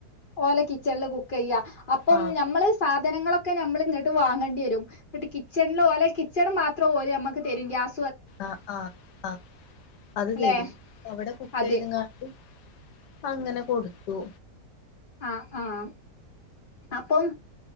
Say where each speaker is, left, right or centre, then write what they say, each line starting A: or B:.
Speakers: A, on the left; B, on the left.
A: ഓലെ കിച്ചൺല് കുക്ക് ചെയ്യ അപ്പം
B: ആഹ്
A: ഞമ്മൾ സാധനങ്ങളൊ ക്കെ നമ്മൾ ഇങ്ങട്ട് വാങ്ങേണ്ടെരും ഇങ്ങട്ട് കിച്ചൺൽ ഓലെ കി ച്ചൺമാത്രം ഓൽ ഞമ്മക്ക് തരും ഗ്യാ-
B: ആ ആ ആ അത്
A: അല്ലെ
B: തരും അവിടെ കുക്ക്
A: അത്
B: ചെയ്ത്ങ്ങാണ്ട് അങ്ങനെ കൊട്ത്തു
A: ആഹ് ആഹ് അപ്പം